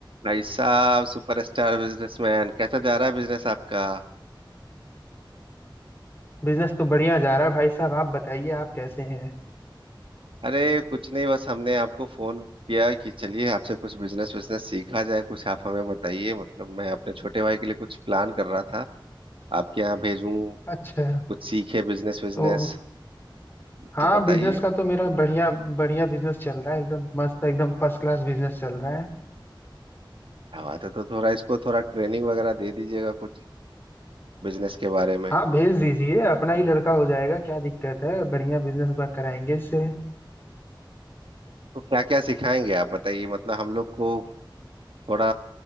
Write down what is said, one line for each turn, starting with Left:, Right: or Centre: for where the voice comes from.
Right: भाई साहब superstar businessman कैसा जा रहा है बिजनेस आपका
Left: Business तो बढ़िया जा रहा है भाई साहब आप बताइए आप कैसे हैं
Right: अरे कुछ नहीं बस हमने आपको फोन किया कि चलिए आपसे कुछ बिजनेस बिजनेस सीखा जाए कुछ आप हमें बताइए मतलब मैं अपने छोटे भाई के लिए कुछ प्लान कर रहा था आपके यहाँ भेजूं
Left: अच्छा
Right: कुछ सीखे बिजनेस बिजनेस
Left: तो
Right: मतलब
Left: हाँ
Right: बताइए
Left: बिजनेस का तो मेरा बढ़िया बढ़िया बिजनेस चल रहा है एकदम मस्त एकदम फर्स्ट क्लास बिजनेस चल रहा है
Right: क्या बात है तो थोड़ा इसको थोड़ा ट्रेनिंग वगैरह दे दीजिएगा कुछ बिजनेस के बारे में
Left: हाँ भेज दीजिए अपना ही लड़का हो जाएगा क्या दिक्कत है बढ़िया बिजनेस कराएंगे इससे
Right: तो क्या क्या सिखाएंगे आप बताइए मतलब हम लोग को थोड़ा